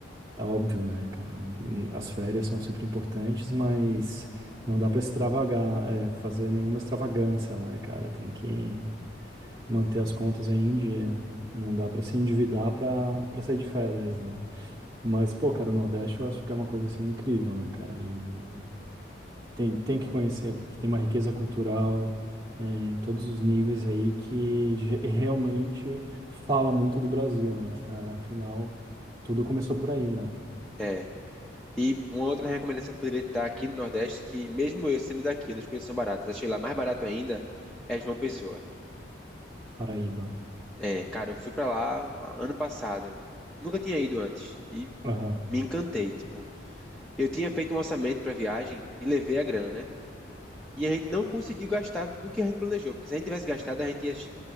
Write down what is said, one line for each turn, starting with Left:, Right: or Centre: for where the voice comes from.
Right: é óbvio, né, cara, um- um, as férias são sempre importantes, mas não dá pra extravagar, é, fazer nenhuma extravagância, né, cara, tem que manter as contas aí em dia, não dá pra se endividar pra para sair de férias, né, mas, pô, cara, o Nordeste eu acho que é uma coisa, assim, incrível, né, cara, e, tem, tem que conhecer, porque tem uma riqueza cultural, é, em todos os níveis aí que ge- realmente fala muito do Brasil, né, cara? Afinal, tudo começou por aí, né?
Centre: É. E uma outra recomendação que poderia estar aqui no Nordeste, que mesmo eu sendo daqui, onde as coisas são baratas, achei lá mais barato ainda, é João Pessoa.
Right: Paraíba.
Centre: É, cara, eu fui pra lá ano passado. Nunca tinha ido antes. E
Right: Aham,
Centre: me encantei, tipo. Eu tinha feito um orçamento pra viagem e levei a grana, né? E a gente não conseguiu gastar tudo que a gente planejou, porque se a gente tivesse gastado, a gente ia che-